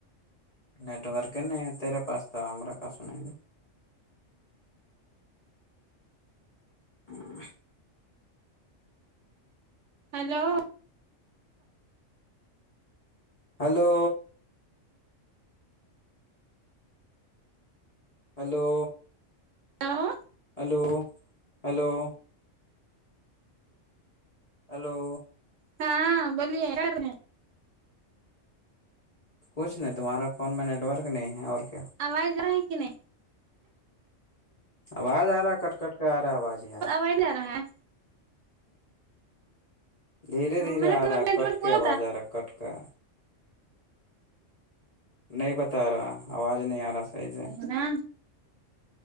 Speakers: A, on the left; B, on the right.
A: نیٹوارک نہیں تیرے پاستا ہم ک س نہیں ہ
B: ہیلو
A: ہلو ہیلو
B: ہل
A: ہلو ہلو ہیلو
B: ہاں بولیے یار
A: کچھ نہیں تمہارا فون میں نیٹ ورک نہیں ہے اور کیا
B: اواز ارہے کہ نہیں
A: آواز آ رہا ہے کٹ کٹ کر آ رہا ہے آواز یار
B: تو ج رہا ہے
A: دھیرے دھیرے
B: میرا
A: آ رہا ہے
B: نیٹورک
A: کٹ
B: پورا
A: کے آواز آ رہا کٹ کے نہیں بتا رہا آواز نہیں آ رہا صحیحز ہے
B: نہ